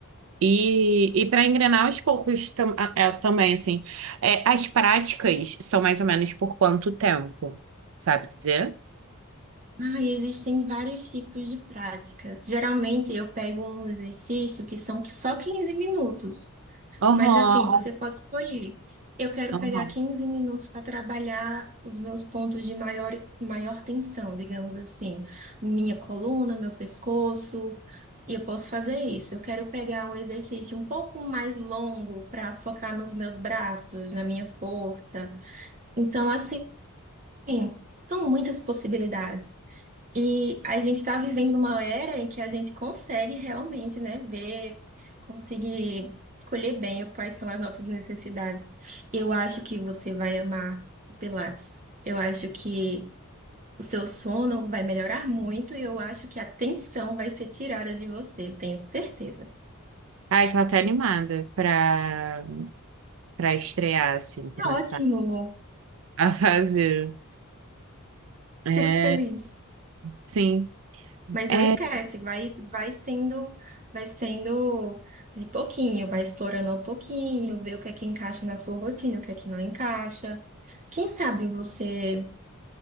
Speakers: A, on the right; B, on the right.
A: E, e para engrenar aos poucos tam- é, também assim, É, as práticas são mais ou menos por quanto tempo, sabe dizer?
B: Ah, e existem vários tipos de práticas. Geralmente eu pego um exercício que são só 15 minutos,
A: Aham,
B: mas assim, você pode escolher. Eu quero
A: aham.
B: pegar 15 minutos para trabalhar os meus pontos de maior, maior tensão, digamos assim, minha coluna, meu pescoço, e eu posso fazer isso. Eu quero pegar um exercício um pouco mais longo para focar nos meus braços, na minha força. Então, assim, Sim, são muitas possibilidades. E a gente está vivendo numa era em que a gente consegue realmente, né, ver, conseguir escolher bem quais são as nossas necessidades. Eu acho que você vai amar o Pilates. Eu acho que o seu sono vai melhorar muito e eu acho que a tensão vai ser tirada de você, tenho certeza.
A: Ai, tô até animada pra, pra estrear, assim, começar
B: É ótimo,
A: <laughs> a fazer. É,
B: fico feliz.
A: sim.
B: Mas
A: É.
B: não esquece, vai, vai sendo, vai sendo de pouquinho, vai explorando ao pouquinho, ver o que é que encaixa na sua rotina, o que é que não encaixa. Quem sabe você